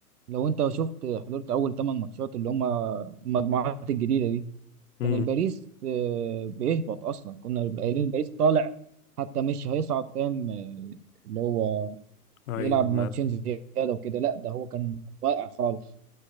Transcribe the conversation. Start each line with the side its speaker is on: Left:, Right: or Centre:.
Right: لو أنت شفت حضرت أول 8 ماتشات اللي هم المجموعات الجديدة دي
Left: مم.
Right: كان الباريس آه، بيهبط أصلا كنا قايلين الباريس طالع حتى مش هيصعد فاهم آه، اللي هو
Left: أيوه
Right: يلعب
Left: من
Right: ماتشين زيادة وكده لا ده هو كان واقع خالص